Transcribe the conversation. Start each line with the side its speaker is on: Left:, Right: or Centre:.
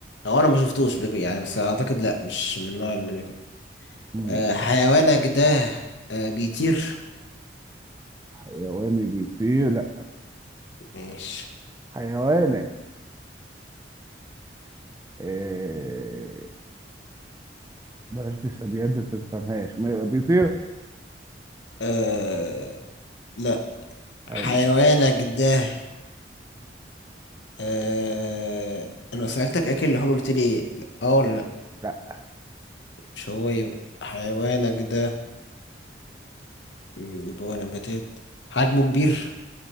Left: او انا ما شفتوش بياكل يعني بس اعتقد لا مش من النوع اللي بياكل
Right: مم.
Left: أه حيوانك ده أه بيطير
Right: حيواني بيطير لا
Left: ماشي
Right: حيوانك إيه... بلاش بالثدييات دي انت ما تفهمهاش ما يبقى بيطير
Left: أه لا
Right: حلو.
Left: حيوانك ده أه انا سألتك اكل لحوم قلت لي إيه؟ لا اه ولا لا
Right: لا
Left: مش هو يبقى حيوانك ده مم، يبقى هو نباتات حجمه كبير